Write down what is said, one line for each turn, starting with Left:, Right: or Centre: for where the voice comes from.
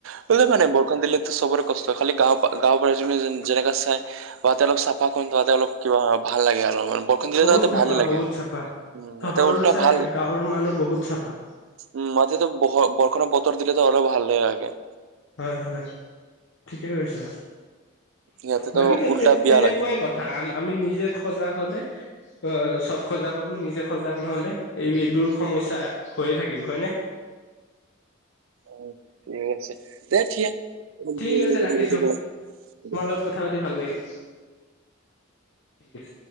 Right: সেইটোৱেই মানে বৰষুণ দিলেতো চবৰে কষ্ট, খালি গাঁও পা গাঁও পৰা যোনে যেন যেনেকে চাই তাতে অলপ চাফাকৈ, তাতে অলপ কিবা ভাল লাগে আৰু আমাৰ। বৰষুণ দিলে
Left: বহুত
Right: ত তাতে
Left: চাপা
Right: ভালেই লাগে।
Left: বহুত চাপা
Right: উম
Left: চহৰৰ
Right: ইয়াতে উল্টা
Left: চাই
Right: ভাল
Left: গাঁৱৰ মানুহ বহুত চাপা
Right: উম, মাটিটো বহ বৰষুণৰ বতৰ দিলে ত আৰু ভালে লাগে।
Left: হয় হয়, ঠিকে কৈছা,
Right: ইয়াতেতো
Left: বাকী তেন
Right: উল্টা
Left: তেন
Right: বিয়া
Left: তেনেকুৱাই
Right: লাগে।
Left: কত থা আম আমি নিজে সজাগ হলে, অ চব সজাগ হব, নিজে সজাগ নহলে এই এইবোৰ সমস্যা হৈয়ে থাকিব হয়নে?
Right: অ ঠিক আছে <unintelligible>
Left: ঠিক আছে ৰাখিছো তোমাৰ লগত কথা পাতি ভাল লাগিল। ঠিক আছে